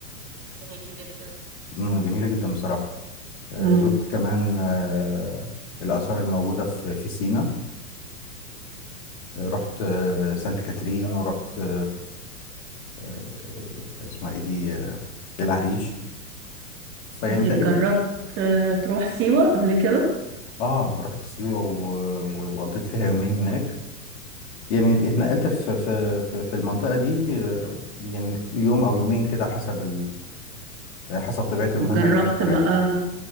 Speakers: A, on the right; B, on the left.
A: جميل جدا
B: مم، جميلة جدا بصراحة آه،
A: مم.
B: زرت كمان آه، الآثار الموجودة في في سينا آه، رحت آه، سانت كاترين ورحت آه، آه، آه، اسمها ايه دي آه، العريش فيعني
A: طيب
B: تقريبا
A: جربت آه، تروح سيوة قبل كده
B: اه رحت سيوة و- و- وقضيت فيها يومين هناك يعني اتنقلت في في في في المنطقة دي آه، يعني يوم او يومين كده حسب حسب طبيعة المهمة
A: وجربت
B: اللي أنا كنت رايحها
A: بقى